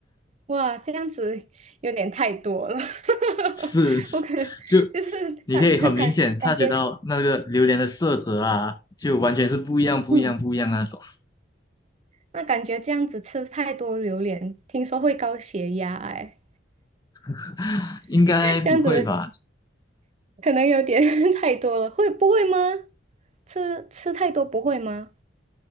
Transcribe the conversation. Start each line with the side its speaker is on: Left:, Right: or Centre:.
Right: 哇，这样子有点太多了，<laughs>
Left: 是，
Right: 我可能就是感感感觉，
Left: 就你可以很明显察觉到那个榴莲的色泽啊，就完全是不一样、不一样、
Right: 嗯，
Left: 不一样那种。
Right: 那感觉这样子吃太多榴莲，听说会高血压哎，
Left: <laughs> 应该不会吧？
Right: <laughs> 这样子可能有点 <laughs> 太多了，会不会吗？吃吃太多不会吗？